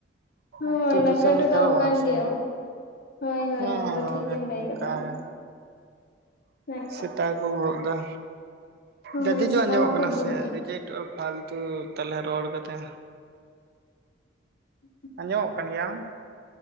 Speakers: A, on the left (about 50°); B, on the right (about 55°).
A: ᱦᱳᱭ
B: ᱟᱛᱩ ᱫᱤᱥᱚᱢ
A: ᱱᱟᱜᱟᱨ
B: ᱞᱮᱠᱟ
A: ᱨᱮᱫᱚ
B: ᱫᱚ
A: ᱚᱱᱠᱟᱱ
B: ᱵᱟᱝ ᱥᱮ
A: ᱜᱮ ᱦᱳᱭ ᱦᱳᱭ
B: ᱦᱮᱸ
A: ᱚᱱᱟ ᱫᱚ
B: ᱱᱚᱰᱮ
A: ᱴᱷᱤᱠᱮᱢ ᱞᱟᱹᱭ
B: ᱚᱝᱠᱟ
A: ᱠᱟᱫᱟ
B: ᱜᱮ
A: ᱮᱠᱫᱚᱢ᱾
B: ᱥᱮᱛᱟ ᱠᱚ ᱵᱷᱳᱜ ᱫᱟ
A: ᱦᱳᱭ
B: ᱜᱟᱹᱫᱤᱡᱳᱨ
A: ᱥᱮᱛᱟ
B: ᱟᱸᱡᱚᱢᱚᱜ
A: ᱢᱟᱠᱚ
B: ᱠᱟᱱᱟ
A: ᱵᱷᱩᱜ
B: ᱥᱮ
A: ᱜᱮᱭᱟ᱾
B: ᱨᱤᱡᱮᱠᱴ ᱛᱚ ᱯᱷᱟᱞᱛᱩ ᱛᱟᱞᱮ ᱨᱚᱲ ᱠᱟᱛᱮ
A: <inaudible>
B: ᱟᱸᱡᱚᱢᱚᱜ ᱠᱟᱱ ᱜᱮᱭᱟ ᱟᱢ